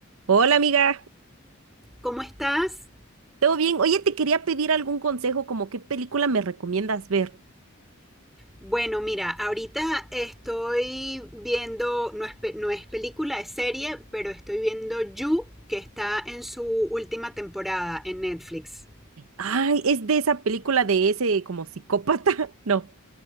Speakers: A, on the right; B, in the centre.
A: Hola amiga,
B: ¿Cómo estás?
A: ¿todo bien? Oye, te quería pedir algún consejo, como qué película me recomiendas ver.
B: Bueno, mira, ahorita estoy viendo, no es, pe- no es película, es serie, pero estoy viendo You, que está en su última temporada en Netflix.
A: Ay, es de esa película de ese como psicópata, <laughs> no,